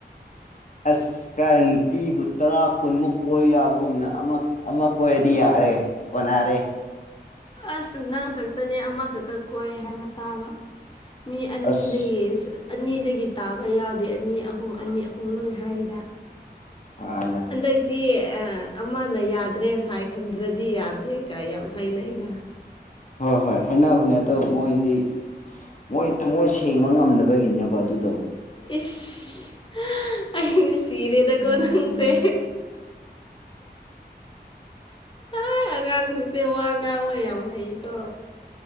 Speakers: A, on the left; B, on the left.
A: ꯑꯁꯀ ꯅꯨꯄꯤꯕꯨ ꯇꯔꯥ ꯀꯨꯟꯃꯨꯛ ꯀꯣꯏ ꯌꯥꯕꯒꯨꯝꯅ ꯑꯃ ꯀꯣꯏꯔꯗꯤ ꯌꯥꯏ ꯑꯔꯦ ꯀꯅꯥꯔꯦ
B: ꯑꯁ ꯅꯪ ꯈꯛꯇꯅꯦ ꯑꯃꯈꯛꯇ ꯀꯣꯏ ꯍꯥꯏꯕ ꯇꯥꯕ ꯃꯤ ꯑꯅꯤꯗꯒꯤ
A: ꯑꯁ
B: ꯑꯅꯤꯗꯒꯤ ꯇꯥꯕ ꯌꯥꯎꯗꯦ ꯑꯅꯤ ꯑꯍꯨꯝ ꯑꯅꯤ ꯑꯍꯨꯝ ꯂꯣꯏ ꯍꯥꯏꯗ
A: ꯑ
B: ꯍꯗꯤ ꯑ ꯑꯃꯅ ꯌꯥꯗ꯭ꯔꯦ ꯉꯥꯏ ꯊꯝꯗ꯭ꯔꯗꯤ ꯌꯥꯗ꯭ꯔꯦ ꯀꯥꯏ ꯌꯥꯝ ꯍꯩꯅꯩꯗ
A: ꯍꯣꯏ ꯍꯣꯏ ꯍꯥꯏꯅꯕꯅꯦ ꯑꯗꯣ ꯃꯣꯏꯗꯤ ꯃꯣꯏ ꯊꯃꯣꯏ ꯁꯦꯡꯕ ꯉꯝꯗꯕꯒꯤꯅꯦꯕ ꯑꯗꯨꯗꯣ
B: ꯏꯁ ꯑꯩꯅ ꯁꯤꯤꯔꯗ ꯀꯣꯅꯪꯁꯦ ꯑ ꯑꯉꯥꯡꯁꯤꯡꯁꯦ ꯋꯥ ꯉꯥꯡ ꯑꯣꯏ ꯌꯥꯝ ꯍꯩꯀꯣ